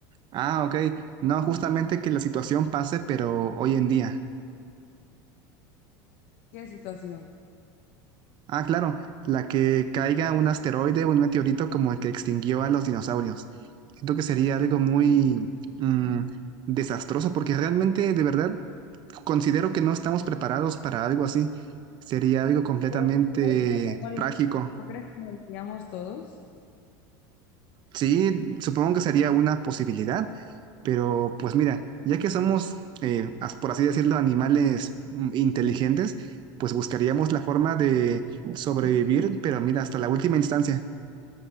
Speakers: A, on the right; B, on the left.
A: Ah, ok, no justamente que la situación pase, pero hoy en día.
B: ¿Qué situación?
A: Ah, claro, la que caiga un asteroide o un meteorito como el que extinguió a los dinosaurios. Siento que sería algo muy mm, desastroso porque realmente, de verdad, considero que no estamos preparados para algo así. Sería algo completamente
B: Pues, ¿crees que nos moriremos?
A: trágico.
B: ¿No crees que moriríamos todos?
A: Sí, supongo que sería una posibilidad, pero pues mira, ya que somos, eh, as- por así decirlo, animales mm, inteligentes, pues buscaríamos la forma de sobrevivir, pero mira, hasta la última instancia.